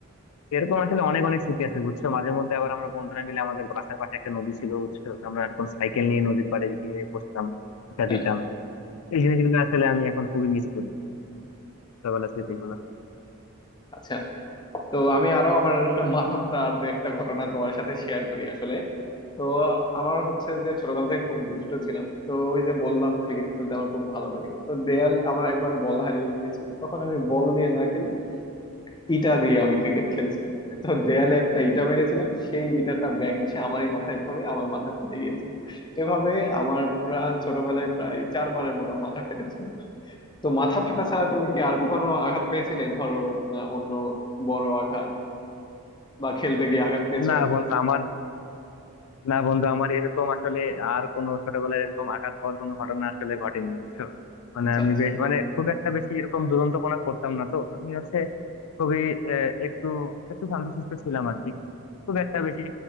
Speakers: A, on the left; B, on the left.
A: এরকম আসলে অনেক অনেক স্মৃতি আছে বুঝছো মাঝে মধ্যে আবার আমরা বন্ধুরা মিলে আমাদের বাসার পাশে একটা নদী ছিল বুঝছো তো আমরা এরকম সাইকেল নিয়ে নদীর পাড়ে গিয়ে বসতাম আড্ডা
B: হ্যাঁ
A: দিতাম এই জিনিসগুলো আসলে আমি এখন খুবই মিস করি ছোটবেলার স্মৃতিগুলো
B: আচ্ছা তো আমি আরো আমার মাথা ফাটা আর দু একটা ঘটনা তোমার সাথে শেয়ার করি আসলে তো আমার হচ্ছে যে ছোটকাল থেকে খুব দুষ্ট ছিলাম তো ওই যে বললাম ক্রিকেট খেলতে আমার খুব ভালো লাগে তো দেয়াল আমার একবার বল হারিয়ে গিয়েছিল তখন আমি বল দিয়ে না খেলে ইটা দিয়ে আমি ক্রিকেট খেলছিলাম তো দেয়ালে একটা ইটা মেরেছিলাম সেই ইটাটা ব্যাক এসে আমারই মাথায় পড়ে আমার মাথা ফেটে গিয়েছিল এভাবে আমার প্রা- ছোটবেলায় প্রায় চারবারের মতো মাথা ফেটেছিল তো মাথা ফাটা ছাড়া তুমি কি আর কখনো আঘাত পেয়েছিলে ধরো না, অন্য বড় আঘাত বা খেলতে গিয়ে আঘাত পেয়েছো
A: না বন্ধু আমার না বন্ধু আমার এরকম আসলে আর কোনো ছোটবেলায় এরকম আঘাত পাওয়ার কোনো ঘটনা আসলে ঘটেনি বুঝছো মানে
B: আচ্ছা
A: আমি
B: আচ্ছা
A: বেশ মানে খুব একটা বেশি এরকম দুরন্তপনা করতাম না তো আমি হচ্ছে খুবই আহ, একটু একটু শান্তশিষ্ট ছিলাম আর কি খুব একটা বেশি